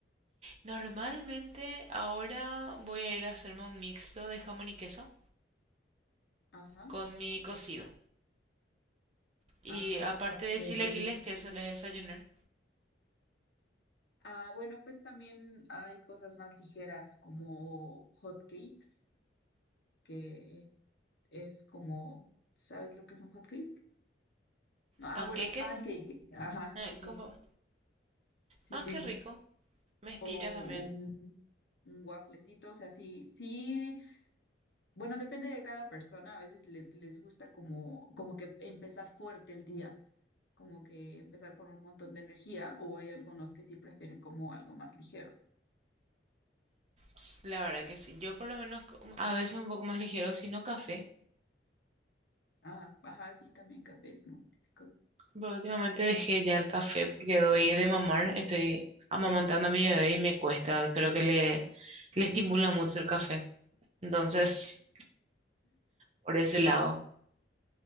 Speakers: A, on the right (about 35°); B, on the left (about 60°).
A: Normalmente ahora voy a ir a hacerme un mixto de jamón y queso
B: Ajá.
A: con mi cocido. Y
B: Ah,
A: aparte
B: ok.
A: de chilaquiles,
B: ok.
A: que eso les desayunar,
B: Ah, bueno, pues también hay cosas más ligeras como hot cakes, que es como, ¿sabes lo que es un hot cake? No, ah,
A: panqueques,
B: bueno, un pancake. Ajá,
A: eh,
B: sí, sí,
A: como...
B: sí,
A: Ah,
B: sí.
A: qué rico. Me estira
B: O
A: también.
B: un, un wafflecito, o sea, sí, sí. Bueno, depende de cada persona. A veces le- les gusta como, como que empezar fuerte el día, como que empezar con un montón de energía, o hay algunos que sí prefieren como algo más ligero.
A: Ps, La verdad que sí. Yo por lo menos como- a veces un poco más ligero, si no café.
B: Ah, ajá, sí, también café es muy típico.
A: Pero últimamente dejé ya el café porque doy de mamar. Estoy amamantando a mi bebé y me cuesta. Creo que le, le estimula mucho el café. Entonces, por ese lado.